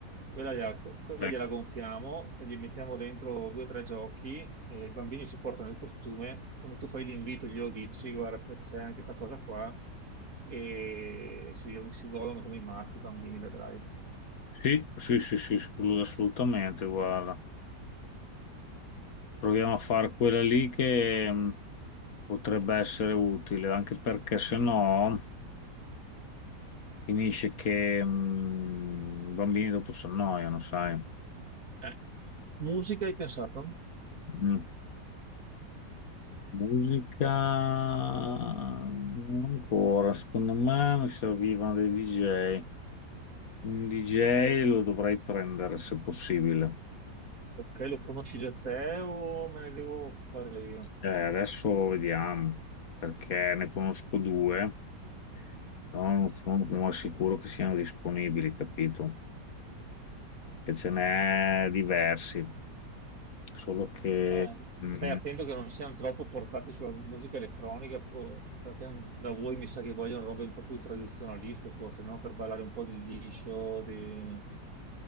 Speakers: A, on the right; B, on the left.
A: Quella gliela, quella
B: sì.
A: gliela gonfiamo, e gli mettiamo dentro due o tre giochi e i bambini ci portano il costume. Quando tu fai l'invito, glielo dici, guarda, c'è anche questa cosa qua, e si, si godono come i matti i bambini, vedrai.
B: Sì, sì, sì, sì, assolut- assolutamente, guarda. Proviamo a fare quella lì che mh, potrebbe essere utile, anche perché se no finisce che mh, i bambini dopo si annoiano, sai.
A: Eh, Musica hai pensato?
B: Mm. Musica non ancora, secondo me mi servivano dei DJ. Un DJ lo dovrei prendere se possibile.
A: Ok, lo conosci già te o me ne devo fare io?
B: Eh, adesso vediamo, perché ne conosco due. sono, sono sono sicuro che siano disponibili, capito? Che ce n'è diversi, solo che...
A: Eh,
B: mm,
A: stai attento
B: mm,
A: che non siano troppo portati sulla musica elettronica, o- perché da voi mi sa che vogliono robe un po' più tradizionaliste, forse, no? Per ballare un po' di liscio, di...